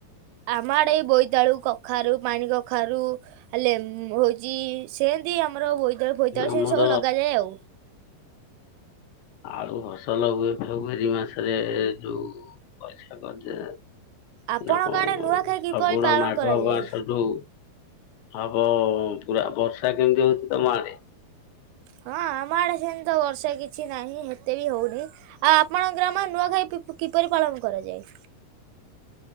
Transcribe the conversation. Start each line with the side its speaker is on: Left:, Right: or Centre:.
Right: ଆମ ଆଡେ ଇ ବୋଇତାଳୁ, କଖାରୁ, ପାଣି କଖାରୁ, ଲେମ୍ ହଉଚି। ସେନ୍ତି ଆମର ବୋଇତାଳୁ ଫୋଇତାଳୁ
Left: ଆମର
Right: ସେନ୍ତି ସବୁ ଲଗାଯାଏ ଆଉ।
Left: ଆଳୁ ଫସଲ ହୁଏ ଫେବୃଆରୀ ମାସରେ ଯୋଉ ବଛା <unintelligible>
Right: ଆପଣଙ୍କ
Left: ନା କଣ
Right: ଆଡେ ନୂଆଖାଇ କିପରି
Left: ଫଗୁଣ,
Right: ପାଳନ
Left: ମାଘ
Right: କରାଯାଏ?
Left: ମାସ ଯୋଉ ହବ ପୁରା ବର୍ଷା କେମିତି ହଉଚି ତମ ଆଡେ?
Right: ହଁ ଆମ ଆଡେ ସେନ୍ତି ତ ବର୍ଷା କିଛି ନାହିଁ ହେତେ ବି ହଉନି। ଆଉ ଆପଣଙ୍କ ଗ୍ରାମ ନୂଆଖାଇ କିପରି ପାଳନ କରାଯାଏ?